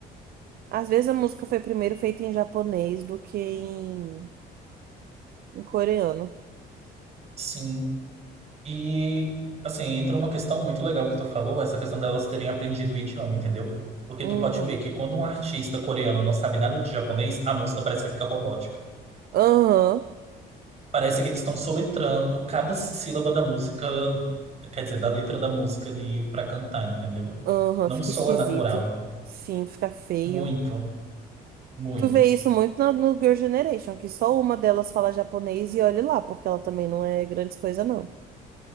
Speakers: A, on the right; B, on the right.
A: Às vezes a música foi primeiro feita em japonês do que em, em coreano.
B: Sim. E assim, entra uma questão muito legal que tu falou, essa questão delas terem aprendido o idioma, entendeu? Porque
A: Uhum.
B: tu pode ver que quando um artista coreano não sabe nada de japonês, a música parece que fica robótica.
A: Aham,
B: Parece que eles estão soletrando cada sílaba da música, quer dizer, da letra da música ali pra cantar, entendeu?
A: aham,
B: Não
A: fica
B: soa
A: esquisito.
B: natural.
A: Sim, fica feio.
B: Muito, muito.
A: Tu vê isso muito no, no Girl Generation, que só uma delas fala japonês e olhe lá, porque ela também não é grande coisa, não.